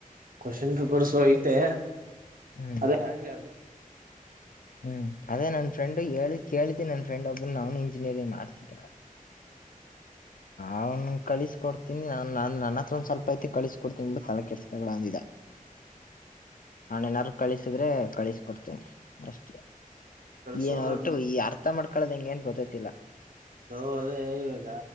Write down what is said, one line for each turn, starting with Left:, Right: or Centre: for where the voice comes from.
Right: ಕ್ವಶನ್ ಪೇಪರ್ಸು ಐತೆ
Left: ಹ್ಮ್
Right: ಅದೇ ಆಗ್ಲ
Left: ಹ್ಮ ಅದೇ ನನ್ ಫ್ರೆಂಡ ಹೇಳ ಕೇಳಿದಿನಿ ನನ್ ಫ್ರೆಂಡ್ ಒಬ್ಬನ ಅವ್ನು ಇಂಜಿನಿಯಂಗ ಮಾಡ್ತಿದ.
Right: <inaudible>
Left: ಅವ್ನು ಕಳಿಸ ಕೊಡ್ತೀನಿ ನಾ ನನ್ನ ಹತ್ರ ಸ್ವಲ್ಪ ಐತಿ ಕಳಿಸ ಕೊಡ್ತನಿ ಬಿಡು ತಲೆ ಕೆಡಸ್ಕ ಬೇಡ ಅಂದಿದ. ಅವ್ನ ಏನಾರು ಕಳಿಸಿದ್ರೆ ಕಳಿಸ್ಕೊಡ್ತೇನಿ ಅಷ್ಟೇ.
Right: ನೀನು ಕಳಿಸು
Left: ಏನ್ ಒಟ್ಟು
Right: ನಾನು
Left: ಈ ಅರ್ಥ ಮಾಡ್ಕೊಳ್ಳದ ಹೆಂಗೆ ಏನ್ ಗೊತ್ತತಿಲ್ಲಾ.
Right: ಲೋ ಅದೇ ಇವಾಗ